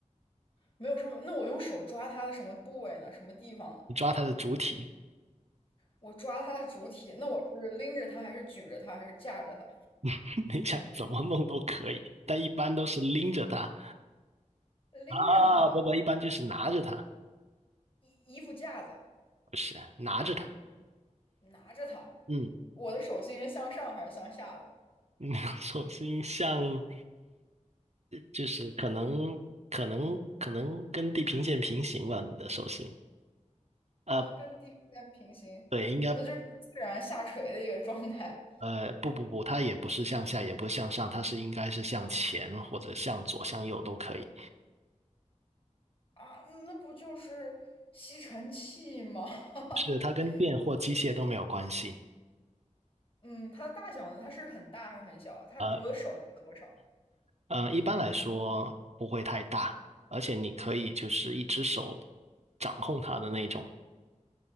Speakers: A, on the left; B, on the right.
A: 没有什么，那我用手抓它的什么部位呢？什么地方呢？
B: 你抓它的主体，
A: 我抓它的主体，那我是拎着它，还是举着它，还是架着它？
B: <laughs> 你想怎么弄都可以，但一般都是拎着它
A: 拎着它，
B: 啊，不不，一般就是拿着它，
A: 衣衣服架子，
B: 不是拿着它。
A: 拿着它，
B: 嗯，
A: 我的手心是向上还是向下的？
B: <laughs> 手种星像就是可能可能可能跟地平线平行吧，你的手心。呃，
A: 哦，跟地平线平行，
B: 对，应该
A: 那就是自然下垂的一个状态。
B: 呃不不不，它也不是向下，也不是向上，它是应该是向前或者向左、向右都可以。
A: 啊，嗯那不就是吸尘器吗？<laughs>
B: 是它跟电或机械都没有关系。
A: 嗯，它的大小呢？它是很大还是很小？它比我的手大多少？
B: 呃呃，一般来说不会太大，而且你可以就是一只手掌控它的那种。